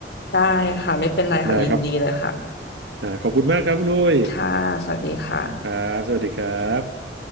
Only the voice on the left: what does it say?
ได้ค่ะ ไม่เป็นไรค่ะยินดีเลยค่ะ
ค่ะ สวัสดีค่ะ